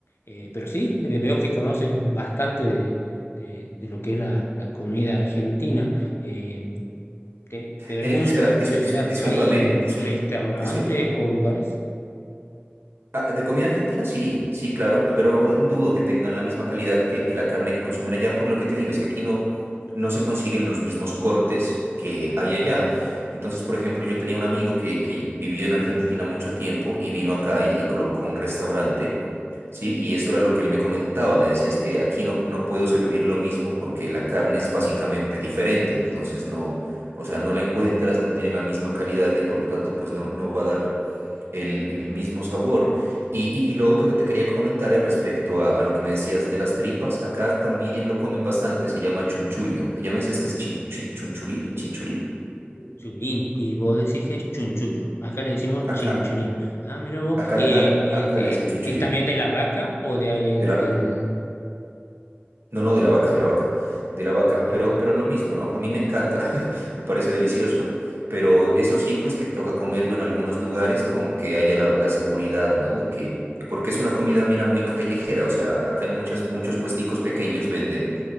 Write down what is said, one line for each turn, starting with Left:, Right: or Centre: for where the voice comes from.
Left: eh, pero sí, eh, veo que conoces bastante de, de- de lo que es la, la comida argentina. Eh, te te pregunto
Right: El, espera,
Left: de curiosidad,
Right: discu- discu- discúlpame,
Left: ¿hay
Right: disculp-
Left: restaurantes
Right: discúlpame, discúlp- discúlp-
Left: o lugares?
Right: Ah, ¿De comida argentina? Sí, sí, claro, pero dudo que tengan la misma calidad que, que la carne que consumen allá, por lo que te digo, es que aquí no, no se consiguen los mismos cortes que hay
Left: Ujú.
Right: allá. Entonces, por ejemplo, yo tenía un amigo que, que vivió en Argentina mucho tiempo y vino acá y, y colocó un restaurante, ¿sí? Y eso era lo que él me comentaba, me decía, es que aquí no, no puedo servir lo mismo porque la carne es básicamente diferente, entonces no, o sea, no la encuentras, no tiene la misma calidad y por lo tanto, pues no, no va a dar el, el mismo sabor. Y, y- y lo otro que te quería comentar es respecto a, a lo que me decías de las tripas, acá también lo comen bastante, se llama chunchullo. Allá me decías que es chin- chi- chunchulí, chinchulí.
Left: Chulín, y vos decís que es chunchullo. Acá le decimos chinchulín.
Right: Acá,
Left: Ah, mira vos.
Right: acá,
Left: eh,
Right: le a-
Left: y,
Right: acá
Left: eh,
Right: le dicen chunchullo.
Left: ¿es también de la vaca o de,
Right: De la,
Left: del...
Right: No, no,
Left: Ajá,
Right: de la vaca, de la vaca, de la vaca,
Left: la vaca.
Right: pero, pero lo mismo, ¿no? A mí me encanta, <laughs> me parece delicioso, pero eso sí, pues que toca comerlo en algunos lugares como que haya la, la seguridad, ¿no? De que, porque es una comida, mira, muy callejera, o sea, acá en muchas, muchos puesticos pequeños venden,